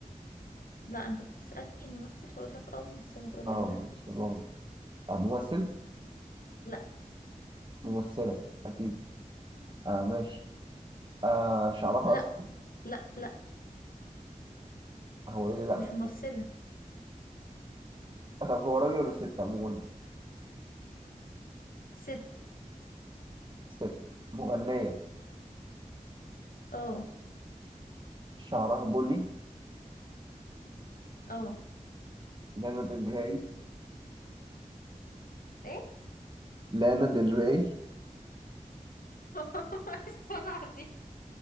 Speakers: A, on the left (about 85°); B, on the right (about 35°).
A: لا انت بتسألني ممثل فاقول لك اه ممثلة تقول
B: اه
A: لك لا
B: مش واضح آه ممثل
A: لا
B: ممثلة اكيد اه ماشي آه شعرها
A: لا
B: اسود
A: لا لا
B: هو ايه لا
A: مش
B: مش
A: ممثلة
B: ممثل آه طب هو راجل ولا ست عموما
A: ست
B: ست مغنية
A: اه
B: شعرها بني
A: اه
B: لانا ديل ري
A: ايه
B: لانا ديل ري
A: <laughs> السرعة دي